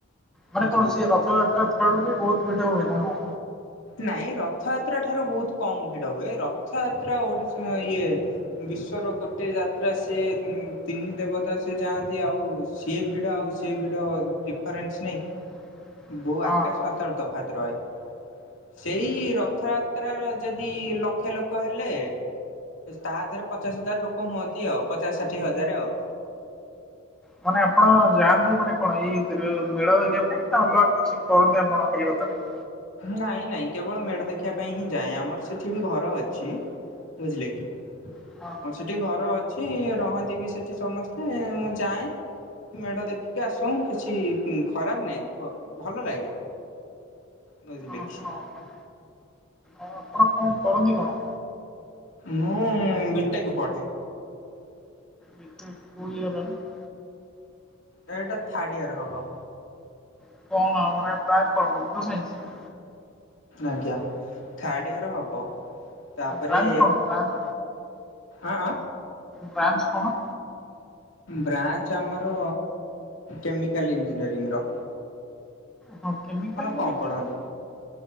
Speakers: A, in the centre; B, on the left.
A: ମାନେ
B: ବୁଝିଲେ
A: କଣ
B: କି
A: ସେ ରଥଯାତ୍ରା ଠାରୁ ବି ବହୁତ ଭିଡ ହୁଏ ନା କଣ?
B: ନାଇଁ ରଥଯାତ୍ରା ଠାରୁ ବହୁତ କମ ଭିଡ ହୁଏ। ରଥଯାତ୍ରା ଓଡ଼ିଶା ଇଏ, ବିଶ୍ଵର ଗୋଟେ ଯାତ୍ରା ସେ ଉଁ ତିନି ଦେବତା ସେ ଯାଆନ୍ତି ଆଉ ସିଏ ଭିଡ଼ ଆଉ ସିଏ ଭିଡ଼ ଡିଫରେନ୍ସ ନାହିଁ?
A: <inaudible>
B: ବହୁ
A: ଓହୋ
B: ଆକାଶ ପାାତଳ ତଫାତ ରହେ। ସେଇ ରଥଯାତ୍ରାର ଯଦି ଲକ୍ଷ୍ୟ ଲୋକ ହେଲେ ତା ଦେହରେ ପଚାଶ ହଜାର ଲୋକ ହୁଅନ୍ତି ଆଉ। ପଚାଶ ଷାଠିଏ ହଜାର ଆଉ।
A: ମାନେ ଆପଣ ଯାଆନ୍ତି ମାନେ କଣ ଇଦର ମେଳ ଦେଖିବା ପାଇଁ ନ ଅଲଗା କଣ? କିଛି କରନି ଆପଣ କଲିକତାରେ।
B: ନାଇଁ ନାଇଁ କେବଳ ମେଢ଼ ଦେଖିବା ପାଇଁ ହିଁ ଯାଏଁ। ଆମର ସେଠିବି ଘର ଅଛି। ବଝିଲେ କି?
A: ହଁ।
B: ହଁ ସେଠି ଘର ଅଛି। ରହନ୍ତି ବି ସେଠି ସମସ୍ତେ ମୁଁ ଯାଏଁ। ମେଢ ଦେଖିକି ଆସେ। କିଛି ଉଁ ଖରାପ ନାହିଁ କ ଭଲ ଲାଗେ। ବୁଝିଲେ
A: ଅଁ
B: କି।
A: ହଁ ହଁ। ଆଉ ଆପଣ କଣ କରନ୍ତିି କଣ?
B: ମୁଁ ବିଟେକ ପଢେ।
A: ବି ଟେକ କୋଉ ଇୟର ଏଇଟା?
B: ରେ ଏଇଟା ଥାର୍ଡ଼ ଇୟର ହବ।
A: <unintelligible>
B: ଆଜ୍ଞା ଥାର୍ଡଇୟର ହବ। ତାପରେ
A: ବ୍ରାଞ୍ଚ କଣ ବ୍ରାଞ୍ଚ
B: ଆଁ ଆଁ
A: ବ୍ରାଞ୍ଚ କଣ?
B: ବ୍ରାଞ୍ଚ ଆମର କେମିକାଲ ଇଞ୍ଜିନିୟରିଂର।
A: ହଁ କେମିକାଲ ନା
B: କଣ
A: ମେକା
B: ପଢନ୍ତି?